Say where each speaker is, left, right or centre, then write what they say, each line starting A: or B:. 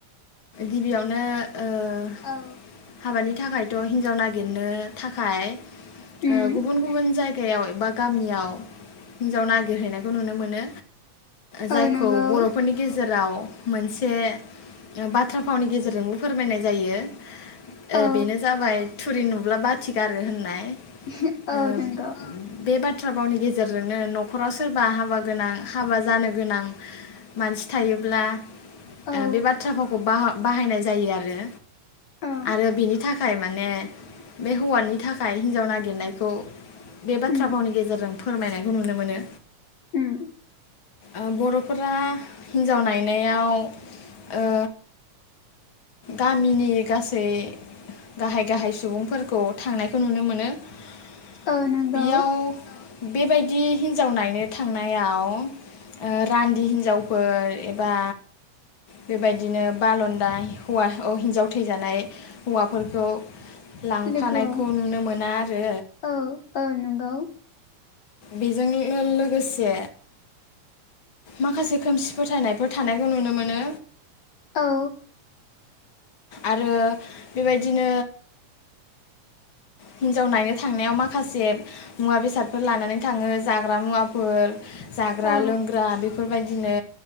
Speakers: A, on the left; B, on the left.
A: गिबियावनो ओ
B: औ
A: हाबानि थाखायथ' हिनजाव नागिरनो थाखाय ओ
B: उम
A: गुबुन गुबुन जाय याव एबा गामियाव हिनजाव नागिरहैनायखौ नुनो मोनो जायखौ
B: औ नंगौ
A: बर'फोरनि गेजेराव मोनसे बाथ्रा फावनि गेजेरजोंबो फोरमायनाय जायो ओ
B: औ
A: बेनो जाबाय थुरि नुब्ला बाथि गारो होननाय
B: <unintelligible>
A: ओ
B: औ नंगौ
A: बे बाथ्रा भावनि गेजेरजोंनो न'खराव सोरबा हाबा गोनां हाबा जानो गोनां मानसि थायोब्ला ओ
B: औ
A: बे बाथ्रा फावखौ बाह बाहायनाय जायो आरो
B: औ
A: आरो बिनि था खाय माने बे हौवानि थाखाय हिनजाव नागिरनायखौ बे बाथ्रा
B: उम
A: भावनि गेजेरजों फोरमायनायखौ नुनो मोनो
B: उम
A: ओ बर'फोरा हिनजाव नायनायाव ओ गामिनि गासै गाहाय गाहाय सुबुंफोरखौ थांनायखौ नुनो मोनो बेयाव
B: औ नंगौ
A: बेबायदि हिनजाव नायनो थांनायाव ओ रानदि हिनजावफोर एबा बेबायदिनो बालनदा हौवा अ हिनजाव थैजानाय हौवाफोरखौ लांफानायखौ
B: लोगोआव
A: नुनो मोना आरो
B: औ औ नंगौ
A: बेजों लो-लोगोसे माखासे खोमसि फोथायनायफोर थानायखौ नुनो मोनो
B: औ
A: आरो बेबायदिनो हिन्जाव नायनो थांनायाव माखासे मुवा बेसादफोर लानानै थाङो जाग्रा मुवाफोर जाग्रा
B: औ
A: लोंग्रा बेफोरबायदिनो